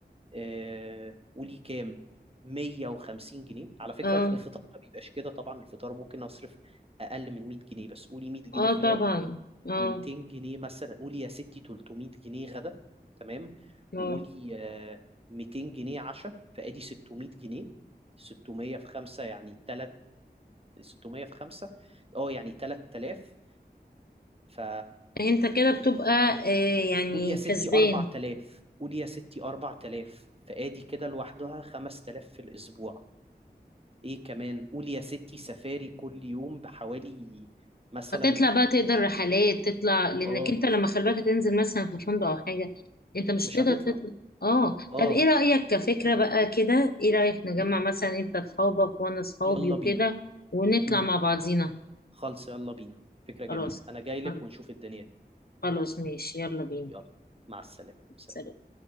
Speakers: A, on the right; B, on the left.
A: آه، قولي كام 150 جنيه على فكرة
B: اه
A: الف- الفطار ما بيبقاش كده طبعا الفطار ممكن اصرف اقل من 100 جنيه بس قولي 100 جنيه
B: اه
A: فطار
B: طبعا اه
A: و200 جنيه مثلا قولي يا ستي 300 جنيه غدا تمام وقولي
B: اه
A: آه، 200 جنيه عشاء فادي 600 جنيه 600 في 5 يعني 3 600 في 5 اه يعني 3000 ف
B: انت كده بتبقى آه يعني
A: قولي يا ستي
B: كسبان
A: 4000 قولي يا ستي 4000 فادي كده لوحدها 5000 في الاسبوع ايه كمان قولي يا ستي سفاري كل يوم بحوالي مثلا
B: هتطلع بقى تقدر رحلات
A: ايه
B: تطلع لانك
A: اه
B: انت لما خلي بالك تنزل مثلا في فندق او حاجه انت مش
A: مش
B: هتقدر
A: هتطلع
B: تطلع اه
A: اه
B: طب ايه رايك كفكره
A: <clears throat>
B: بقى كده ايه رايك نجمع
A: م?
B: مثلا انت اصحابك وانا اصحابي
A: يلا
B: وكده
A: بينا
B: ونطلع
A: امم
B: مع بعضينا
A: خالص يلا بينا فكرة جميلة
B: خلاص
A: انا جاي لك
B: خلاص
A: ونشوف الدنيا دي
B: خلاص، ماشي يلا بينا
A: يلا مع السلامة سلام
B: سلام.